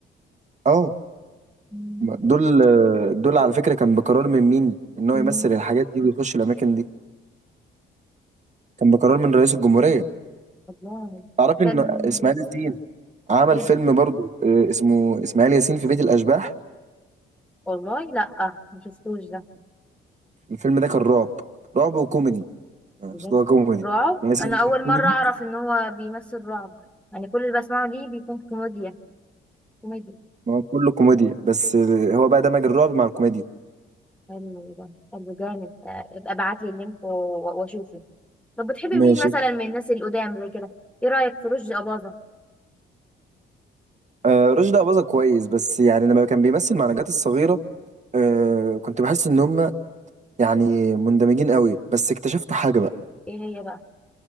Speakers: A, on the right (about 35°); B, in the centre.
A: اه
B: مم.
A: دول آه، دول على فكره كان بقرار من مين ان هو
B: من
A: يمثل
B: مين؟
A: الحاجات دي ويخش الاماكن دي كان بقرار من رئيس الجمهوريه
B: والله
A: تعرفي
B: كان
A: ان اسماعيل ياسين عمل
B: ايه
A: فيلم برضو آه، اسمه اسماعيل ياسين في بيت الاشباح
B: والله لا مش شفتوش ده
A: الفيلم ده كان رعب رعب وكوميدي يعني
B: بجد
A: أصل هو كوميدي
B: رعب
A: اسماعيل
B: انا
A: ياسين
B: اول
A: كوميدي
B: مره اعرف ان هو بيمثل رعب يعني كل اللي بسمعه ليه بيكون كوميديا كوميديا
A: ما هو كله كوميديا بس آه، هو بقى دمج الرعب مع الكوميديا
B: حلو ده حلو جامد آه، ابقى ابعت لي اللينك و- و- واشوفه طب بتحبي
A: ماشي
B: مين مثلا من الناس القدام زي كده ايه رايك في رشدي اباظه
A: آه، رشدي أباظة كويس بس يعني لما كان بيمثل مع نجاة الصغيرة آه، كنت بحس ان هم يعني مندمجين قوي بس اكتشفت حاجة بقى
B: ايه هي بقى